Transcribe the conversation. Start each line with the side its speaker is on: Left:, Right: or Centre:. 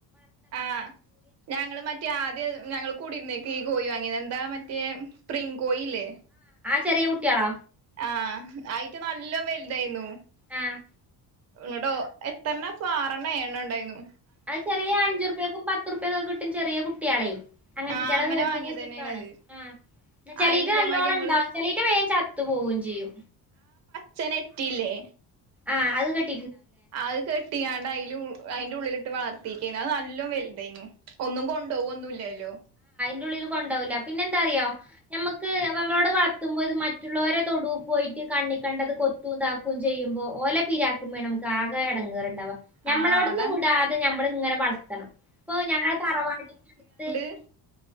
Right: ആ ഞങ്ങൾ മറ്റേ ആദ്യം ഞങ്ങൾ കൂടിര്ന്നേ. ക്കി കോഴി വാങ്ങിനി എന്താ മറ്റേ സ്പ്രിങ് കോഴി ഇല്ലേ.
Centre: ചെറെ കുട്ടിയാളോ.
Right: ആ അയിറ്റ നല്ലോം വെൽതായിന്നു.
Centre: ആഹ്
Right: ഇങ്ങട്ടോ എത്രണ്ണാപ്പം ആറെണ്ണം ഏഴണ്ണോ ഇണ്ടായിന്നു.
Centre: അയ് ചെറിയ അഞ്ചുർപേക്കും പത്തുർപേക്കും ഒക്കെ കിട്ടും ചെറിയ കുട്ടിയാളെ അങ്ങൻത്തിറ്റാളെ
Right: ആഹ് അങ്ങനെ
Centre: വേട്ച്ച്
Right: വാങ്ങിയത്
Centre: കഴിഞ്ഞാ സുഖാണ്
Right: തന്നെയാണത്
Centre: ആ ന്നാ ചെലെയ്റ്റ
Right: അയിന് ഇതേമാതിരി
Centre: നല്ലോണം
Right: ഞങ്ങള്
Centre: ഇണ്ടാവും ചെലെയ്റ്റ വേംചത്ത് പോവും ചെയ്യും.
Right: ച്ച് ആ നെറ്റ് യില്ലെ
Centre: ആ അത് ക
Right: അയ് കെട്ടിയാണ്ട് അയിലു അയിന്റെ ഉള്ളിൽ ഇ ഇന്നട്ട് വളർത്തിക്ക്ണ് അയ് നല്ലോം വെൽതെന്നു ഒന്നും കൊണ്ടൊവൊന്നും ഇല്ലല്ലോ.
Centre: ന്റെ ഉള്ളിൽ കൊണ്ടോവൂലാ. പിന്നെ എന്താറിയോ ഞമ്മക്ക് അപ്പ അമ്മളോടെ അയ് വളർത്തുമ്പോ ഇത് മറ്റുള്ളൊരെ തൊടു പോയിട്ട് കണ്ണി കണ്ടത് കൊത്തും ഇതാക്കും ചെയ്യുമ്പോ ഓലെ പിരാക്കും വേണം നമ്മക്ക് ആകെ എടങ്ങെർ ഇണ്ടാവ ഞമ്മളോട്ന്ന്
Right: ആഹ് അതാ
Centre: വുടാതെ ഞമ്മൾ ഇങ്ങനെ വളർത്തണം. ഇപ്പൊ ഞങ്ങളെ തറവാടിന്റെ അട്ത്ത്.
Right: ത്ത്